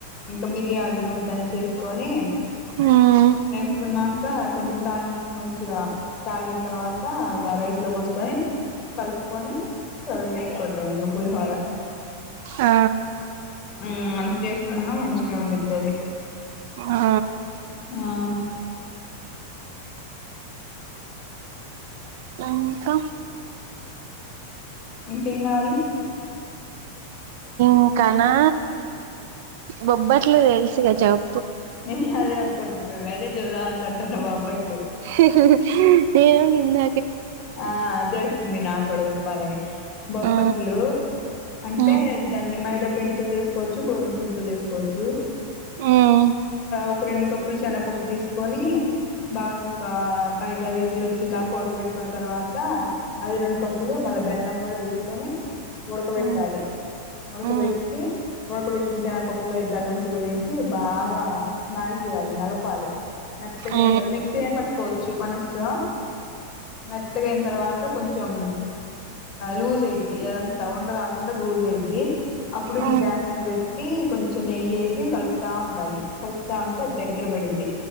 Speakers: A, on the left; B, on the right.
A: ఇంగ మిరియాలు దంచేసుకొని
B: మ్మ్
A: ఎస్ కున్నాక కొంచెం తాళింపు మంచిగా కాగిన తర్వాత త గ రైస్ లో పోసుకొని కలుపుకొని సర్వ్ చేసుకోట ఇంగ పులిహోర
B: ఆ
A: ఉ అంత చేసుకున్నా మంచిగా ఉందిది
B: ఆ
A: ఆ
B: ఇంకా
A: ఇంకేం కావాలి
B: ఇకానా బొబ్బట్లు తెసిగా చావు
A: నేను అదే అనుకుంటున్న అదే చెప్ధమా కొంటున్నాం అబ్బట్లు
B: హేహే నేను నిన్ను
A: ఆ అదే వచ్చింది నాకు డ బాలవి బొబ్బట్లు
B: ఆ
A: అంటే
B: ఆ
A: దాన్ని మైదా పిండితో చేసుకోవచ్చు గోధుమ పిండితో చేసుకోవచ్చు
B: మ్మ్
A: ఒక రెండు కప్పులు శన్నపప్పు తీసుకొని బాగా ఒక ఐదారు విజిలు వచ్చింది కొ ఉడకబెట్టుకుని ట్టుకున్న తర్వాత అది రెండు కప్పులు మళ్ళా బెల్లం కూడా తీసుకొని ఉడకబెట్టాలి
B: ఆ
A: ఉడకబెట్టి
B: ఆ
A: ఉడకబెట్టిన చెనగపప్పులో ఈ బెల్లం తురిమేసి బాగా స్మాష్ చేయాలి నలపాలి మెత్తగా
B: ఆ ఆ
A: అయిన తర్వాత మిక్సీ అయని పట్టుకోవచ్చు మన ఇష్టం మెత్తగయిన తర్వాత కొంచెం లూజ్ అయిద్ది ఏదంతా ఉండ రాకుండా లూజ్ అయిద్ది అప్పుడు
B: ఆ
A: గ్యాస్ మీద పెట్టి కొంచెం నెయ్యిసి కలుపుతూ ఉండాలి కలుపుతూ ఉంటే దగ్గర పడిద్ది